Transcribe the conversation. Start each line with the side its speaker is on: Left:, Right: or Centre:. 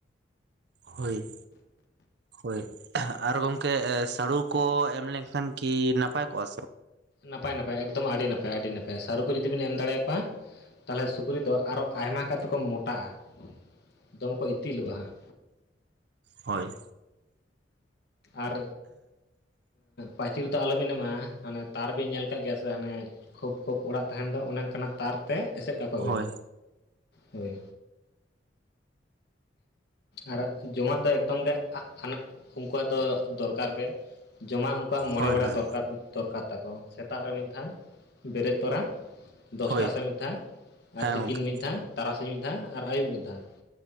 Right: ᱦᱳᱭ ᱦᱳᱭ ᱟᱨ ᱜᱚᱝᱠᱮ ᱥᱟᱹᱲᱩ ᱠᱚ ᱮᱢ ᱞᱮᱱᱠᱷᱟᱱ᱾ ᱠᱤ ᱱᱟᱯᱟᱭ ᱠᱚᱜᱼᱟ
Left: ᱱᱟᱯᱟᱭ ᱱᱟᱯᱟᱭ ᱮᱠᱫᱚᱢ ᱟᱹᱰᱤ ᱱᱟᱯᱟᱭ- ᱟᱹᱰᱤ ᱱᱟᱯᱟᱭ ᱥᱟᱹᱨᱩ ᱠᱚ ᱡᱩᱫᱤ ᱵᱮᱱ ᱮᱢ ᱫᱟᱲᱮᱭᱟᱠᱚᱣᱟ ᱛᱟᱦᱚᱞᱮ ᱥᱩᱠᱨᱤ ᱫᱚ ᱟᱨᱚ ᱟᱭᱢᱟ ᱠᱟᱛᱮ ᱠᱚ ᱢᱚᱴᱟᱜᱼᱟ ᱫᱚᱢᱮ ᱠᱚ ᱤᱛᱤᱞᱚᱜᱼᱟ ᱦᱟᱸᱜ᱾
Right: ᱦᱳᱭ᱾
Left: ᱟᱨ ᱯᱟᱪᱤᱨ ᱫᱚ ᱟᱞᱚᱵᱤᱱ ᱮᱢᱟᱜ-ᱟ ᱦᱟᱱᱮ ᱛᱟᱨ ᱵᱤᱱ ᱧᱮᱞ ᱟᱠᱟᱫ ᱜᱮᱭᱟ ᱥᱮ ᱦᱟᱱᱮ᱾ ᱠᱷᱳᱯ ᱠᱷᱳᱯ ᱚᱲᱟᱜ ᱛᱟᱦᱮᱱ ᱫᱚ ᱚᱱᱮ ᱚᱱᱠᱟᱱᱟᱜ ᱛᱟᱨ ᱛᱮ ᱮᱥᱮᱫ ᱠᱟᱠᱚ ᱵᱤᱱ᱾
Right: ᱦᱳᱭ
Left: ᱦᱳᱭ᱾ ᱟᱨ ᱡᱚᱢᱟᱜ ᱫᱚ ᱮᱠᱫᱚᱢ ᱜᱮ ᱟᱜ ᱟᱱᱟ᱾ ᱩᱱᱠᱩᱣᱟᱜ ᱫᱚ ᱫᱚᱨᱠᱟᱨ ᱜᱮ ᱡᱚᱢᱟᱜ ᱩᱱᱠᱩᱣᱟᱜ ᱢᱚᱬᱮ
Right: ᱦᱳᱭ
Left: ᱵᱮᱲᱟ
Right: ᱦᱳᱭ
Left: ᱫᱚᱨᱠᱟᱨ ᱫᱚᱨᱠᱟᱨ ᱛᱟᱠᱚ ᱥᱮᱛᱟᱜ ᱨᱮ ᱢᱤᱫ ᱫᱷᱟᱣ ᱵᱮᱨᱮᱫ ᱛᱚᱨᱟ᱾ ᱫᱚᱥᱴᱟ
Right: ᱦᱳᱭ
Left: ᱥᱮᱫ ᱢᱤᱫ ᱫᱷᱟᱹᱣ ᱟᱨ
Right: ᱦᱮᱸ
Left: ᱛᱤᱠᱤᱱ
Right: ᱜᱚᱢᱠᱮ
Left: ᱢᱤᱫ ᱫᱷᱟᱹᱣ ᱛᱟᱨᱟᱥᱤᱧ ᱢᱤᱫ ᱫᱷᱟᱹᱣ ᱟᱨ ᱟᱹᱭᱩᱵ ᱢᱤᱫ ᱫᱷᱟᱣ᱾